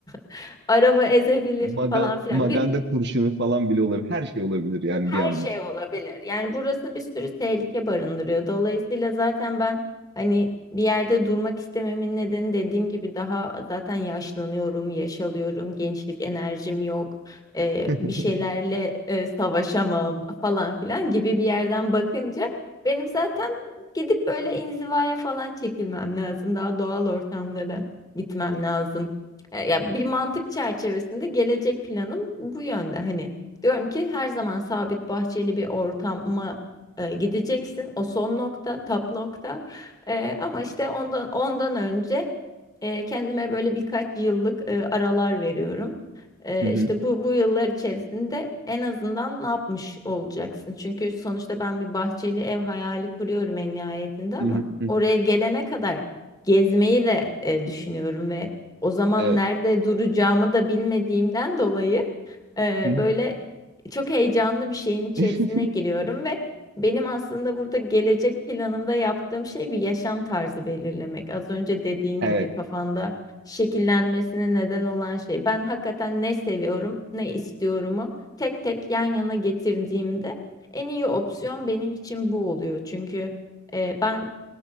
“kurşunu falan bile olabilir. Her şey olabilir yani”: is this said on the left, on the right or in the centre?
Right